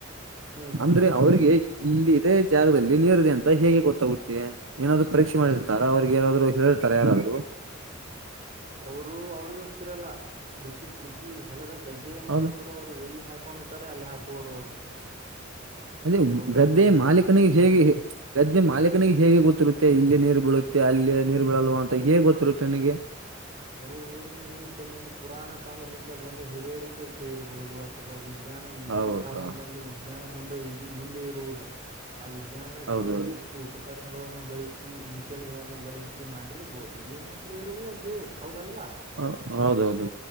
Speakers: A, on the right; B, on the right.
A: ಹ್ಮ್
B: ಅಂದ್ರೆ ಅವರಿಗೆ ಇಲ್ಲಿ ಅದೇ ಜಾಗದಲ್ಲಿ ನೀರಿದೆ ಅಂತ ಹೇಗೆ ಗೊತ್ತಾಗುತ್ತೆ ಏನಾದ್ರು ಪರೀಕ್ಷೆ ಮಾಡಿರ್ತಾರ ಅವಿಗೆ ಏನಾದ್ರು ಹೇಳೇರ್ತಾರೆ ಯಾರಾದ್ರರು ಹಲೋ <unintelligible>
A: ಅವರು ಅವ್ರಿಗೆ ಹೋಗ್ತಿರಲ್ಲ ಕೃಷಿ ಕೃಷಿ ಹೊಲದ ಗದ್ದೆಯ ಮಾಲಕರು
B: ಹೌದ
A: ಅವ್ರು ಎಲ್ಲಿ ಹಾಕ ಅಲ್ಲಿ ಹಾಕುವೋರ ಅವರು
B: ಅದೇ
A: ಬೋರ್ವೆಲ್
B: ಗದ್ದೆ
A: ಹೊಡೆಯೋರು
B: ಮಾಲೀಕನಿಗೆ ಹೇಗೆ ಗದ್ದೆ ಮಾಲೀಕನಿಗೆ ಹೇಗೆ ಗೊತ್ತು ಗೊತ್ತಿರುತ್ತೆ ಇಲ್ಲಿೇ ನೀರ್ ಬೀಳುತ್ತೆ ಅಲ್ಲಿ ನೀರ್ ಬೀಳಲ್ವವಾ ಅಂತ ಹೇಗ್ ಗೊತ್ತಿರುತ್ತೆ ನನಗೆ
A: ಅವರು ಊರಿನಲ್ಲಿ ಕೆಲವೊಂದು ಪುರಾಣ ಕಾಲದಿಂದ ಬಂದ ಹಿರಿಯರಿಂದ ಕೇ ಇರಬಹುದು ಅಥವಾ ವಿದ್ಯ ವಿಜ್ಞಾನ ಈಗಿನ
B: ಹೌದಾ
A: ಕಾಲದಲ್ಲಿ ವಿಜ್ಞಾನ ಮುಂದೆ ಮುಂದೆ ಇರುವುದು ಆ ವಿಜ್ಞಾನದ
B: ಹೌದೌದು
A: ಕೆಲವೊಂದಿಷ್ಟು ಉಪಕರಣ ಕರಣಗಳನ್ನು ಬಳಸಿ ಮಿಸೈಲ್ ಗಳನ್ನು ಬಳಸಿ ಮಾಡಿರ್ಬಹುದು ಏನಾದ್ರೂ ಇರಬಹುದು ಹೌದಲ್ವಾ
B: ಹೌ ಹೌದ ಹೌದ